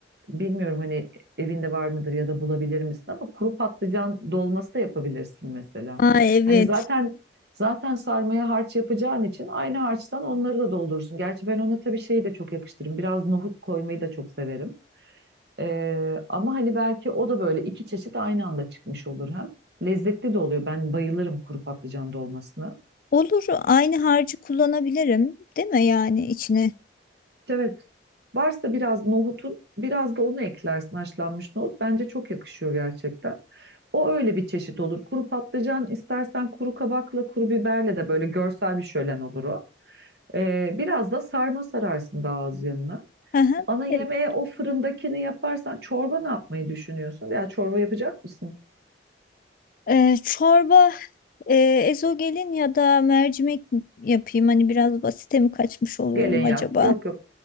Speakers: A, on the right; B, on the left.
A: bilmiyorum hani evinde var mıdır ya da bulabilir misin ama kuru patlıcan dolması da yapabilirsin mesela.
B: Aa evet.
A: Hani zaten zaten sarmaya harç yapacağın için aynı harçtan onları da doldurursun. Gerçi ben ona tabii şeyi de çok yakıştırırım. Biraz nohut koymayı da çok severim. Ee, ama hani belki o da böyle iki çeşit aynı anda çıkmış olur hem. Lezzetli de oluyor. Ben bayılırım kuru patlıcan dolmasına.
B: Olur aynı harcı kullanabilirim değil mi yani içine?
A: Evet. Varsa biraz nohutun, biraz da onu eklersin haşlanmış nohut. Bence çok yakışıyor gerçekten. O öyle bir çeşit olur. Kuru patlıcan istersen kuru kabakla kuru biberle de böyle görsel bir şölen olur o. Ee, biraz da sarma sararsın daha az yanına.
B: Hı hı.
A: Ana yemeğe
B: Evet.
A: o fırındakini yaparsan çorba ne yapmayı düşünüyorsun? Veya çorba yapacak mısın?
B: Ee, çorba e, ezogelin ya da mercimek yapayım. Hani biraz basite mi kaçmış oluyorum
A: Gelin yap.
B: acaba?
A: Yok yok.